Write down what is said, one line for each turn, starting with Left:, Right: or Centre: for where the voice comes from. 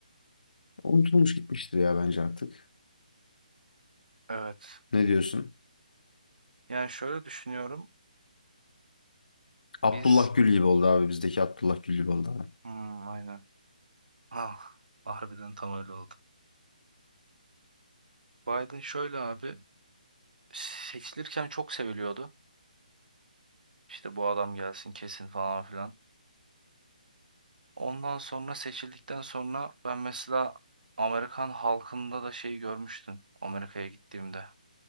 Left: Unutulmuş gitmiştir ya bence artık.
Right: Evet.
Left: Ne diyorsun?
Right: Yani şöyle düşünüyorum.
Left: Abdullah
Right: Biz
Left: Gül gibi oldu abi. Bizdeki Abdullah Gül gibi oldu abi.
Right: hmm, aynen. Ah, harbiden tam öyle oldu. Biden şöyle abi seçilirken çok seviliyordu. İşte bu adam gelsin kesin falan filan. Ondan sonra seçildikten sonra ben mesela Amerikan halkında da şeyi görmüştüm Amerika'ya gittiğimde.